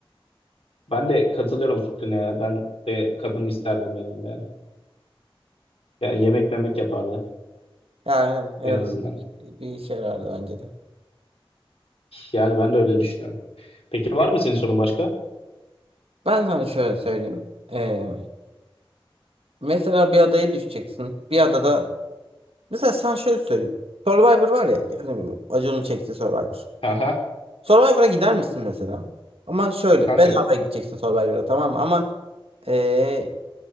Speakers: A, on the left; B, on the right.
A: Ben de katılıyorum fikrine ya. Ben de kadın isterdim yanımda yani. Ya yemek memek yapardı
B: Ya aynen. En
A: en
B: azından
A: azından.
B: bir, bir işe yarardı bence de.
A: Yani ben de öyle düşünüyorum. Peki var mı senin sorun başka?
B: Ben sana şöyle söyleyeyim. Ee, mesela bir adaya düşeceksin. Bir adada. Mesela sen şöyle söyleyeyim. Survivor var ya. Yani bu Acun'un çektiği Survivor.
A: Haha.
B: Survivor'a gider misin mesela? Ama şöyle.
A: Kanka
B: Bedavaya gideceksin Survivor'a tamam mı? Ama ee,